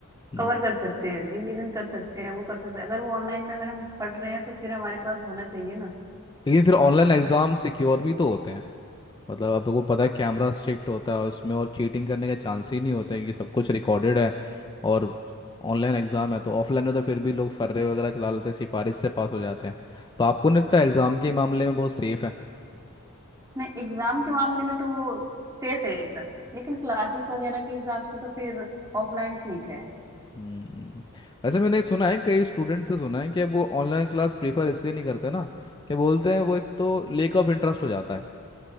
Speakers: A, on the left; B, on the right.
A: हम्म,
B: कवर कर सकते हैं रिवीजन कर सकते हैं वो कर सकते हैं अगर वो ऑनलाइन में अगर हम पढ़ रहे हैं तो फिर हमारे पास होना चाहिए ना
A: लेकिन फिर ऑनलाइन एग्ज़ाम सिक्योर भी तो होते हैं मतलब आपको पता है कैमरा स्ट्रिक्ट होता है उसमें और चीटिंग करने के चांस ही नहीं होते हैं क्योंकि सब कुछ रिकॉर्डेड है और ऑनलाइन एग्ज़ाम है तो ऑफलाइन में तो फिर भी लोग फर्रे वगैरह चला लेते हैं सिफारिश से पास हो जाते हैं तो आपको नहीं लगता एग्ज़ाम के मामले में बहुत सेफ है
B: नहीं एग्जाम के मामले में तो वो सेफ है एकदम लेकिन क्लासेस वगैरह के हिसाब से तो फिर ऑफलाइन ठीक है
A: हम्म, वैसे मैंने सुना है कई स्टूडेंट से सुना है कि वो ऑनलाइन क्लास प्रेफर इसलिए नहीं करते ना कि बोलते हैं वो एक तो लेक ऑफ इंटरेस्ट हो जाता है